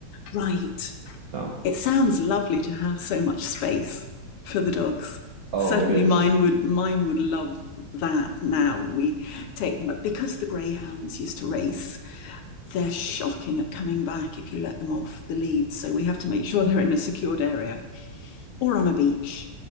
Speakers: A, on the left (about 80°); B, on the right (about 65°).
A: Right.
B: So,
A: it sounds lovely to have so much space for the dogs
B: oh,
A: certainly
B: it is.
A: mine would
B: <laughs>
A: mine would love that now we take them up because the greyhounds used to race they're shocking at coming back if you let them off the lead so we have to make sure they're in a secured area or on a beach